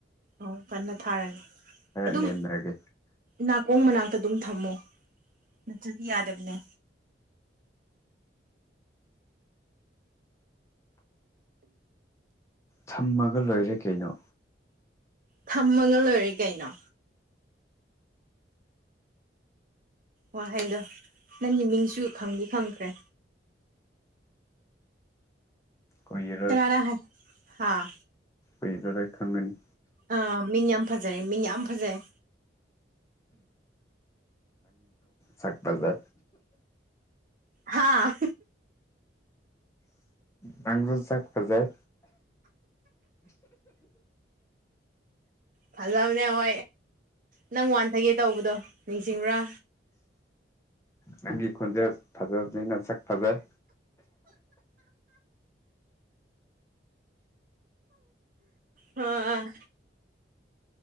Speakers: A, on the right (about 45°); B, on the left (about 15°).
A: ꯑ ꯀꯟꯅ ꯊꯥꯔꯒꯦ ꯑꯗꯨꯝ
B: ꯅꯦꯝꯅꯔꯒꯦ
A: ꯅꯥꯀꯣꯡ ꯃꯅꯥꯛ ꯑꯗꯨꯝ ꯊꯝꯃꯣ ꯅꯠꯇ꯭ꯔꯗꯤ ꯌꯥꯗꯕꯅꯦ
B: ꯊꯝꯃꯒ ꯂꯣꯏꯔꯦ ꯀꯩꯅꯣ
A: ꯊꯃꯒ ꯑꯣꯏꯔꯤ ꯀꯥꯏꯩꯅꯣ ꯋꯥꯍꯩꯗꯣ ꯅꯪꯒꯤ ꯃꯤꯡꯁꯨ ꯈꯪꯗꯤ ꯈꯪꯈ꯭ꯔꯦ
B: ꯀꯨꯏꯔꯔꯣꯏ
A: ꯀꯥꯅꯥ ꯍꯥꯏ ꯍꯥꯥ
B: ꯑꯩꯗꯔ ꯈꯟꯗꯅꯤ
A: ꯑꯥ ꯃꯤꯅ ꯌꯥꯝ ꯐꯖꯔꯦ ꯃꯤ ꯌꯥꯝ ꯐꯖꯔꯦ
B: ꯆꯥꯛꯕꯖꯔ
A: ꯍꯥꯥ
B: ꯅꯪꯖꯣꯟ ꯆꯥꯛ ꯐꯖꯥꯏ
A: ꯐꯜ ꯂꯕꯅꯦ ꯍ ꯅꯪ ꯋꯥꯟꯊꯒꯦ ꯇꯧꯕꯗꯣ ꯅꯤꯡꯁꯤꯡꯕ꯭ꯔꯥ
B: ꯅꯪꯒꯤ ꯈꯣꯟꯖꯦꯜ ꯐꯖꯕꯅꯤꯅ ꯁꯛ ꯐꯖꯩ
A: ꯑ